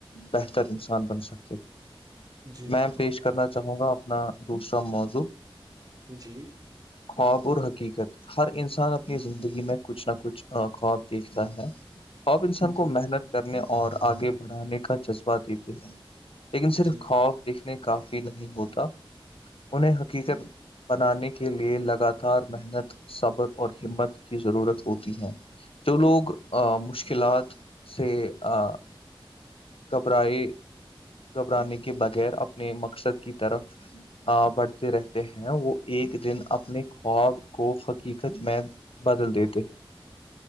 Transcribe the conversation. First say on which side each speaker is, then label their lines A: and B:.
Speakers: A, on the left (about 80°); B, on the right (about 45°).
A: بہتر انسان بن سکتے
B: جی
A: میم
B: بالکل
A: پیش کرنا چاہوں گا اپنا دوسرا موضوع
B: جی
A: خواب اور حقیقت ہر انسان اپنی زندگی میں کچھ نہ کچھ خواب دیکھتا ہے آپ انسان کو
B: جی
A: محنت کرنے اور آگے بڑھانے کا جذبہ دیتے ہیں لیکن صرف
B: جی
A: خوف دیکھنے کافی نہیں ہوتا انہیں حقیقت بنانے کے لیے لگاتار محنت صبر اور ہمت کی ضرورت ہوتی ہے جو لوگ مشکلات سے آ کبرا یہ گھبرانے کے بغیر اپنے مقصد کی طرف بڑھتے رہتے ہیں وہ ایک دن اپنے خواب کو حقیقت میں بدل دیتے